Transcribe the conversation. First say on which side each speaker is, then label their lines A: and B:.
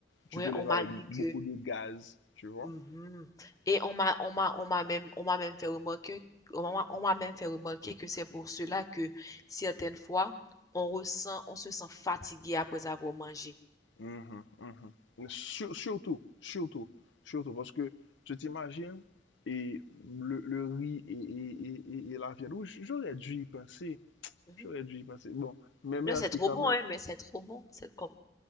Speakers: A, on the left; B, on the left.
A: tu
B: ouais,
A: te lèves
B: on m'a
A: avec
B: dit
A: beaucoup
B: que
A: de gaz, tu vois?
B: Mhm. Et on m'a, on m'a, on m'a même, on m'a même fait remarquer, on m'a, on m'a même fait remarquer que c'est pour cela que certaines fois, on ressent, on se sent fatigué après avoir mangé.
A: Mhm, mhm. Sur- surtout, surtout, surtout, parce que tu t'imagines, et le, le riz et, et, et, et- et la viande rouge, j'aurais dû y penser.
B: Mhm.
A: J'aurais dû y passer. Bon, mais merci
B: Là, c'est trop
A: quand
B: bon,
A: même.
B: hein, mais c'est trop bon. C'est comme,